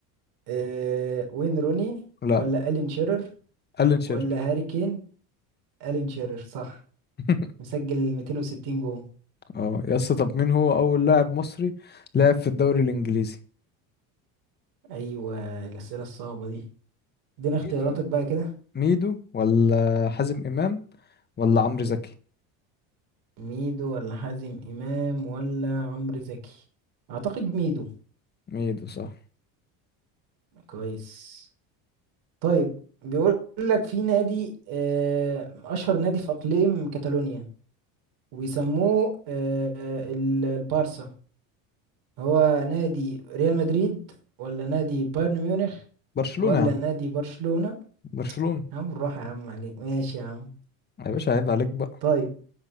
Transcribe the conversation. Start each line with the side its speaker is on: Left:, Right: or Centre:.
Right: آه... وين روني
Left: لا
Right: ولا ألين شيرر
Left: ألين شيرر
Right: ولا هاري كين ألين شيرر صح
Left: <laughs>
Right: مسجل 260 جول
Left: اه يا اسطى طب مين هو اول لاعب مصري لعب في الدوري الانجليزي
Right: ايوه الاسئله الصعبه دي ادينا اختياراتك
Left: ميدو
Right: بقى كده
Left: ميدو ولا حازم امام ولا عمرو زكي
Right: ميدو ولا حازم امام ولا عمرو زكي اعتقد ميدو
Left: ميدو صح
Right: كويس طيب بيقول لك في نادي آه، اشهر نادي في اقليم كاتالونيا وبيسموه آه، ال- البارسا هو نادي ريال مدريد ولا نادي بايرن ميونخ
Left: برشلونة
Right: ولا
Left: يا عم
Right: نادي برشلونة
Left: برشلونة
Right: يا عم بالراحة يا عم عليك ماشي يا عم
Left: يا باشا عيب عليك بقى
Right: طيب